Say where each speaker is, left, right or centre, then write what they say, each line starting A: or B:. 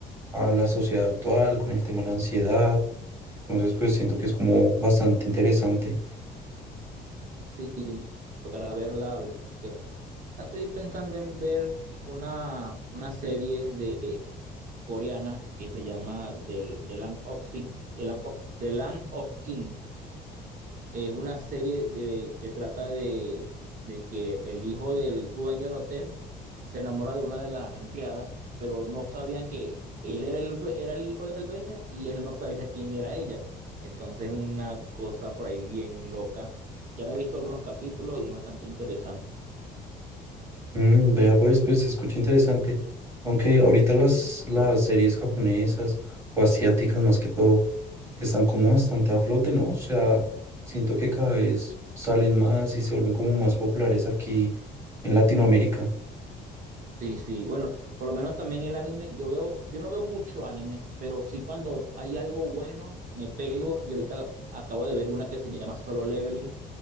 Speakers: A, on the right; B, on the right.
A: a la sociedad actual con el tema de la ansiedad. Entonces, pues siento que es como bastante interesante.
B: Sí, sí, tocará verla. a ver qué- Estoy pensando en ver una, una serie de coreana que se llama The, The Land of Thing- The Land of, The Land of King. Es una serie de, que trata de, de que el hijo del dueño del hotel se enamora de una de las empleadas, pero no sabían que él era el, due- era el hijo del dueño y él no sabía quién era ella. Entonces, una cosa por ahí bien loca. Ya me he visto algunos capítulos y es bastante interesante.
A: Mm, vea, pues, pues se escucha interesante. Aunque ahorita las, las series japonesas o asiáticas más que todo están como bastante a flote, ¿no? O sea, siento que cada vez salen más y se vuelven como más populares aquí en Latinoamérica.
B: Sí, sí, bueno, por lo menos también el anime, yo veo, yo no veo mucho anime, pero sí cuando hay algo bueno, me pego y ahorita acabo de ver una que se llama Solo Leveling,